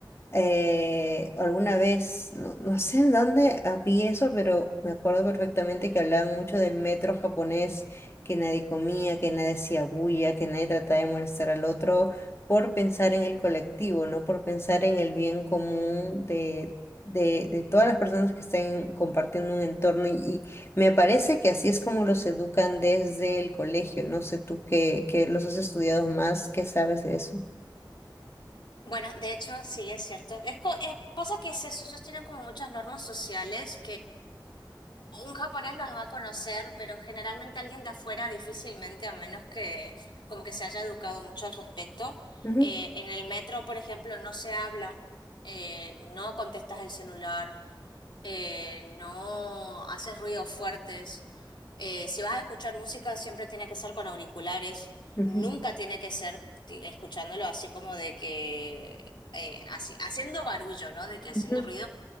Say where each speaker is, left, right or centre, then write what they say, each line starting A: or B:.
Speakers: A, on the left; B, on the left.
A: eh, alguna vez, no, no sé en dónde ah, vi eso, pero me acuerdo perfectamente que hablaban mucho del metro japonés, que nadie comía, que nadie hacía bulla, que nadie trataba de molestar al otro por pensar en el colectivo, no por pensar en el bien común de, de, de todas las personas que estén compartiendo un entorno. Y, y me parece que así es como los educan desde el colegio. No sé tú que, que los has estudiado más, ¿qué sabes de eso?
B: Bueno, de hecho, sí, es cierto. Es, co- eh, pasa que es eso, ellos tienen como muchas normas sociales Un japonés los va a conocer, pero generalmente alguien de afuera difícilmente, a menos que como que se haya educado mucho al respecto.
A: Ujú,
B: Eh, en el metro, por ejemplo, no se habla, eh, no contestas el celular, eh, no haces ruidos fuertes. Eh, si vas a escuchar música, siempre tiene que ser con auriculares.
A: ujú,
B: Nunca tiene que ser ti- escuchándolo así como de que eh, así, haciendo barullo, ¿no? De que
A: ujú,
B: haciendo ruido